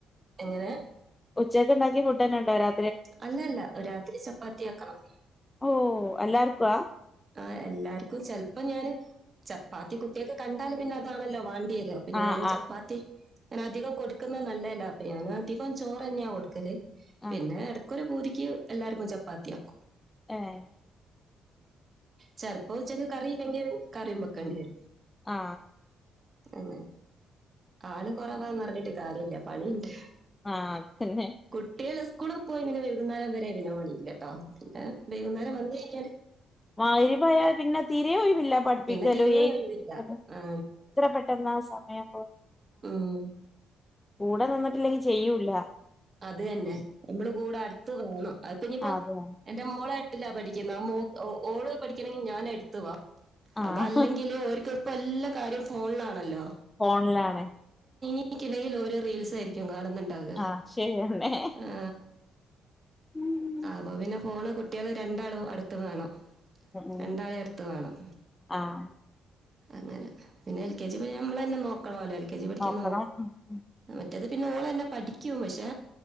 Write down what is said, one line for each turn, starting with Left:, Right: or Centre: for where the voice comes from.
Right: എങ്ങനെ
Left: ഉച്ചയ്ക്ക്ണ്ടാക്കിയ ഫുഡെന്നെണ്ടോ രാ
Right: അല്ല അല്ല രാത്രി ചപ്പാത്തിയാക്കണം
Left: ഓ എല്ലാർക്കുവാ
Right: ആ എല്ലാർക്കും ചെലപ്പം ഞാന് ചപ്പാത്തി കുട്ട്യാക്ക് കണ്ടാല് പിന്നെ അതാണല്ലോ വാ ണ്ട്യരാ അപ്പ ഞാന്
Left: ആഹ് ആഹ്
Right: ചപ്പാത്തി ഇങ്ങനെ അധികം കൊട്ക്ക്ന്നേ ‌ നല്ലല്ല അപ്പൊ ഞാന് അധികം ചോറെന്നാ കൊട്ക്കല്
Left: ആഹ്
Right: പിന്നെ എടക്കൊരു പൂതി ക്ക്‌ എല്ലാർക്കും ചപ്പാത്തിയാക്കും
Left: ഏഹ്
Right: ചെലപ്പോ ഉച്ചക്ക്‌ കറിയില്ലെങ്കി കറിം ബേക്കേണ്ടിരു
Left: ആ
Right: അ ആള് കൊറവാന്നറ്ഞ്ഞിട്ട് കാര്യല്ല പണിണ്ട്
Left: ആഹ് പിന്നെ
Right: കുട്ട്യാള് സ്കൂള് പോയി പിന്നെ വൈകുന്നേരം വരെ പിന്നെ പണില്ല ആ പിന്നെ വൈകുന്നേരം വന്നഴിഞ്ഞാൽ
Left: മാഹ്രിബ് ആയ പിന്നെ തിരേ ഒഴിവില്ല പഠിപ്പിക്കലും
Right: പിന്നെ തീരെ
Left: എഴ്തിപ്പിക്കലും
Right: കഴിവില്ല ആ
Left: എത്ര പെട്ടെന്നാ സമയം പോ
Right: മ്മ്
Left: കൂടെ നിന്നിട്ടില്ലെങ്കി ചെയ്യൂല്ല
Right: അത് തന്നെ നമ്മള് കൂടെ അട്ത്ത് വേണം അത്പ്പ ഇഞ്ഞിപ്പോ
Left: അതെ
Right: എന്റെ മോളാ എട്ടില്പഠിക്ക്‌ന്നേ മൊ ഓള് പഠിക്കണങ്കി ഞാൻ എട്ത്ത് വാ
Left: ആഹ്
Right: അതല്ലെങ്കില് ഓര്ക്കിപ്പോ എല്ലാ കാര്യം ഫോണിലാണല്ലോ
Left: ഫോണ്ലാണ്
Right: <unintelligible> ഓരോ റീൽസായിരിക്കും കാണുന്നുണ്ടാക
Left: ആഹ് ശരിയന്നെ
Right: ആ
Left: ഉം
Right: ആ അപ്പ പിന്നെ ഫോണ് കുട്ടികൾ രണ്ടാളും അടുത്ത് വേണം
Left: ഉം
Right: രണ്ടാള അടുത്ത് വേണം
Left: ആഹ്
Right: അങ്ങനെ പിന്നെ എൽ കെ ജി നമ്മള തന്നെ നോക്കണല്ലോ എൽ കെ ജി പഠിക്ക
Left: നോക്കണം
Right: നോ
Left: ഉം ഉം
Right: മറ്റത് പിന്നെ ഓളെന്നെ പഠിക്കും പക്ഷേ